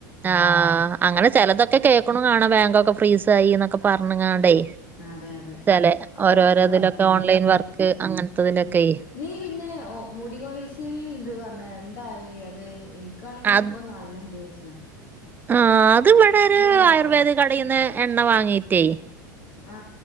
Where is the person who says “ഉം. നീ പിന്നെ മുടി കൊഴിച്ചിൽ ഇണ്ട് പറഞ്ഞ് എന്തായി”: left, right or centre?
Left